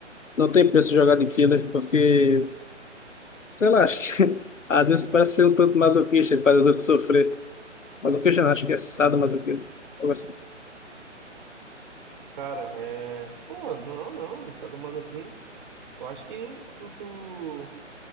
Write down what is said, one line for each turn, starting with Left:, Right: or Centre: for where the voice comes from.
Left: não tem preço jogar de killer, porque, sei lá, acho que <laughs> às vezes parece ser um tanto masoquista e faz os outros sofrer. Mas o que eu já acho que é sadomasoquismo. Algo assim.
Right: Cara, é... Pô, não, não, sadomasoquismo. Eu acho que tu, tu...